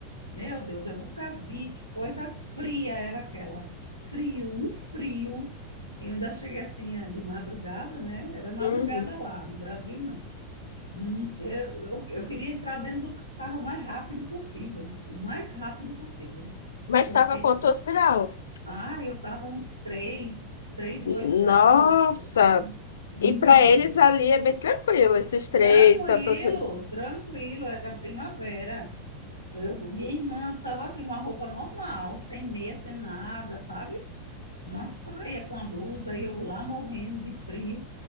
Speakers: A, on the right; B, on the left.
A: Meu Deus, eu nunca vi que coisa fria era aquela. Frio, um frio. E eu ainda cheguei assim eh, de madrugada, né? Era madrugada
B: uhum.
A: lá, no Brasil não. Hum, Eu, eu, eu queria entrar dentro do carro o mais rápido possível, o mais rápido possível.
B: Mas
A: Porque,
B: estava quantos graus?
A: ah, eu tava uns 3, 3
B: Nossa,
A: 2 graus por aí. Muito
B: E para eles
A: frio.
B: ali é bem tranquilo, esses três,
A: Tranquilo,
B: tantos.
A: tranquilo, era primavera. Eu, minha irmã tava assim, com a roupa normal, sem meia, sem nada, sabe? Uma saia com a blusa e eu lá morrendo de frio.